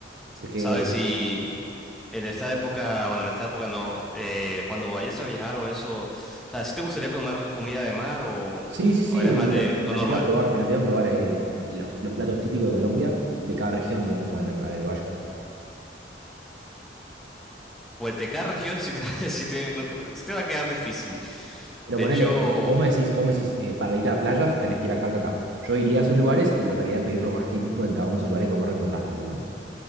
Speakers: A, on the right (about 75°); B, in the centre.
A: Porque.
B: ¿Sabes? Si en esta época, bueno, en esta época no, eh, cuando vayas a viajar o eso, o sea, si te gustaría comer comida de mar o,
A: Sí, sí, sí,
B: o eres
A: me,
B: más
A: me
B: de
A: encant- me
B: lo
A: encantaría
B: normal?
A: probar, me encantaría probar eh, los, los platos típicos de Colombia, de cada región, digamos, a la, a la que vaya.
B: Pues de cada región sí te, <laughs> sí te, no creo- sí te va a quedar difícil.
A: Pero
B: De
A: ponele,
B: hecho,
A: vo- vos me decís, vos me decís, eh, para ir a playas tenés que ir acá, acá, acá. Yo iría a esos lugares y trataría de pedir lo más típico en cada uno de esos lugares que vos me recomendaste, ¿entendés?